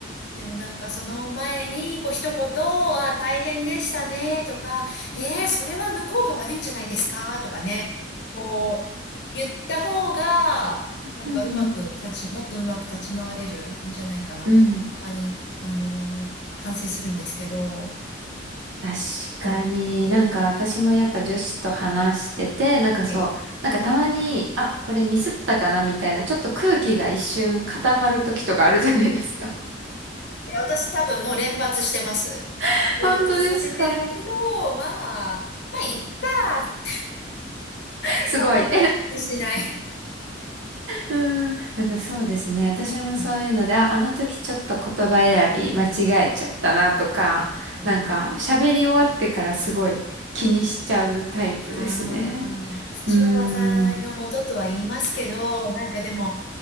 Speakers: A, on the left; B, on the right.
A: でもなんかその前に、こう一言、あ、大変でしたね、とか、
B: うん
A: えー、それは向こうが悪いんじゃないですか、とかね、こう、言った方が、なんかうまく立ち、
B: うんうん。
A: もっとうまく立ち回れるんじゃないかな。
B: うん
A: たまに、あのー反省するんですけど、
B: 確かになんか私もやっぱ女子と話してて、
A: なんですよね。
B: なんかそう、
A: はい。
B: なんかたまに、あ、これミスったかなみたいな、ちょっと空気が一瞬固まる時とかあるじゃないですか。
A: で私多分もう連発してます。
B: <laughs>
A: 連発させてるけど、
B: 本当ですか
A: まあ、まあ、いっか。<laughs>
B: すごい。
A: あんまり学習しない。
B: うーん、なんかそうですね。私もそういうので、
A: うん
B: あ、あの時ちょっと言葉選び間違えちゃったなとか、
A: あった
B: なんか喋り終わってからすごい気にしちゃうタイプですね。
A: ああ、口は災いのもととは言いますけど、
B: うーん。い
A: なんかでも、